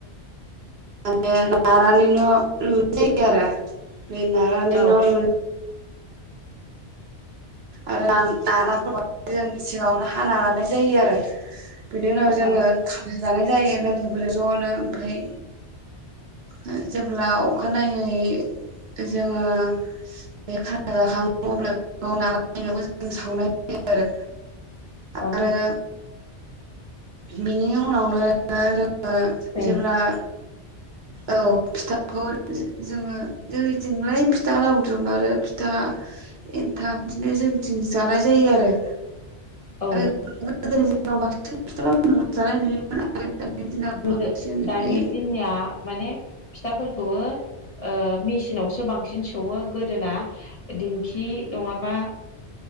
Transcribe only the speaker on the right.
माने नारानि न' लुनाय जायो आरो बे नारानि
न' लु आरो नाराफोरा जोंनि सिङावनो हाना लानाय जायो आरो बिनि उनाव जोङो
ख- जानाय जायो लोगोफोर जनो ओमफाय ओ जेब्ला अखानायनायै जोङो बे खाना जाखाङो अब्ला बेखौ नागार बेलागुरखौ जों सावनाय जायो आरो
आरो बिनि उनावनो जों ओ
जेब्ला औ फिथाखौ जो जोङो जोंनिथिंलाय फिथा लाउदुम आरो फिथा एनथाब बिदिनो जोंनिथिं जानाय जायो आरो
आरो गोदोनि दिनाव बांसिन‌ फिथा लाउदुमखौनो जानाय नुयोमोन आरो दानि दिनाव
बांसिन
बे